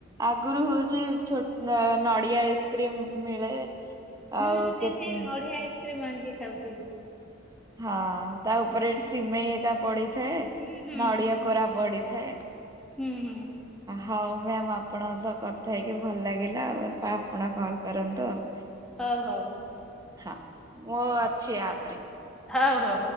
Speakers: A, on the right; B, in the centre.
A: ଆଗରୁ ହେଉଛି ଛୁ ନଡିଆ ଆଇସ୍କ୍ରିମ ମିଳେ।
B: ହୁଁ
A: ଆଉ କେ
B: ଏଇ ସେଇ
A: ଉଁ।
B: <unintelligible> ଖାଉଛି।
A: ହଁ ତା ଓପରେ ଏଠି ସିମେଇ ଏଟା ପଡିଥାଏ
B: ହୁଁ ହୁଁ
A: ନଡ଼ିଆ କୋରା ପଡି ଥେ।
B: ହୁଁ ହୁଁ
A: ହଉ ମ୍ୟାମ ଆପଣଙ୍କ ସହ କଥା ହେଇକି ଭଲ ଲ ହେଲା ଆଉ ଏପ ଆପଣ କଲ କରନ୍ତୁ ଆଉ।
B: ହଉ ହଉ
A: ହଁ ମୁଁ ଅଛି ଆପ
B: ହୋ ହଉ।